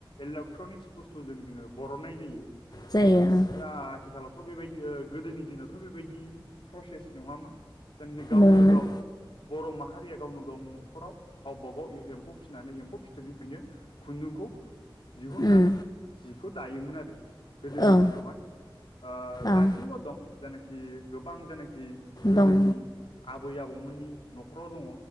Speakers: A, on the left; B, on the left.
A: इलेक्ट्रनिक्स बुस्थुजों जोङो बरननाय जायो।
B: जायो ओ।
A: दा आथिखालावथ' बेबायदि ओ गोदोनि दिनावथ' बेबायदि प्रसेस नङामोन। जायनाखि गावनो
B: नङामोन
A: गाव। बर' माहारिया गावनो गाव न'खराव गावबा गाव एम्फौ फिसिनानै एम्फौ फिथोबनिफ्रायनो खुन्दुंखौ दिहुननानै
B: उम
A: जिखौ दायोमोन आरो। गोदोनि
B: ओं
A: दिनावहाय ओ
B: ओं
A: दासिमबो दं जेनाखि गोबां जेनाखि। गोदोनि
B: दं
A: आबै आबौमोननि न'खराव दङ